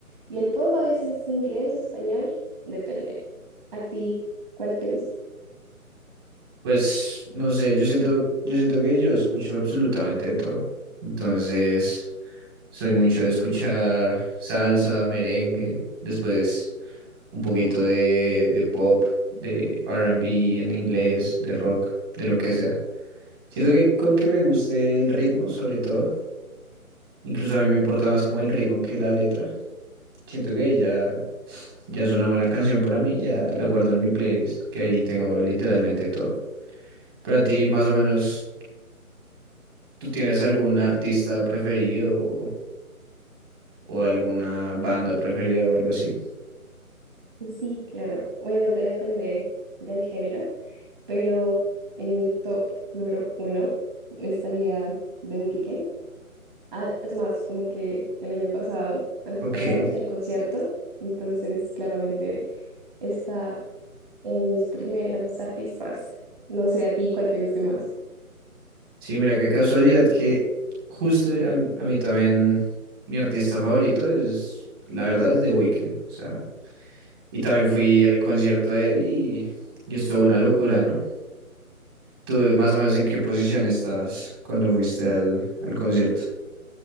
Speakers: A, on the right; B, on the right.
A: Y el pop a veces inglés o español, depende. ¿A ti cuál te gusta?
B: Pues no sé, yo siento, yo siento que yo escucho absolutamente de todo. Entonces, soy mucho de escuchar salsa, merengue, después. un poquito de, de pop, de R&B en inglés, de rock, de lo que sea. Siento que con que me guste el ritmo, sobre todo, incluso a mí me importa más como el ritmo que la letra. Siento que ahí ya, ya es una buena canción para mí, ya la guardo en mi playlist, que ahí tengo literalmente todo. Pero a ti, más o menos, ¿tú tienes algún artista preferido o, o alguna banda preferida o algo así?
A: Sí, claro. Obviamente depende del género. pero en mi top número uno estaría The Weeknd. Ah, es más, como que el año pasado, antepasado,
B: Ok.
A: fui al concierto, entonces claramente está en mis primeros artistas. No sé a ti cuál te guste más.
B: Sí, mira qué casualidad que justo a, a mí también mi artista favorito es, la verdad, es The Weeknd. O sea, y también fui al concierto de él y, y estuvo una locura, ¿no? ¿Tú más o menos en qué posición estabas cuando fuiste al, al concierto?